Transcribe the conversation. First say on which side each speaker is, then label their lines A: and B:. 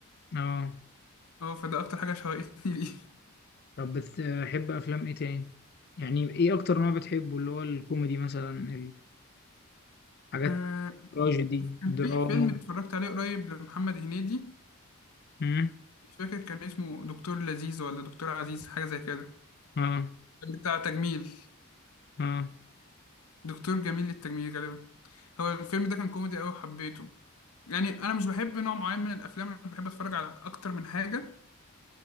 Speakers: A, on the left; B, on the left.
A: اه
B: اه فده اكتر حاجه شوقتني ليه
A: طب بتحب أفلام إيه تاني؟ يعني إيه أكتر نوع بتحبه اللي هو الكوميدي مثلا الحاجات
B: <laughs> آه،
A: التراجيدي
B: كان
A: الدراما
B: في فيلم اتفرجت عليه قريب لمحمد هنيدي
A: امم
B: مش فاكر كان اسمه دكتور لذيذ ولا دكتور عزيز حاجه زي كده
A: اه
B: كان بتاع تجميل
A: اه
B: دكتور جميل للتجميل غالبا هو الفيلم ده كان كوميدي قوي وحبيته يعني انا مش بحب نوع معين من الافلام انا بحب اتفرج على اكتر من حاجه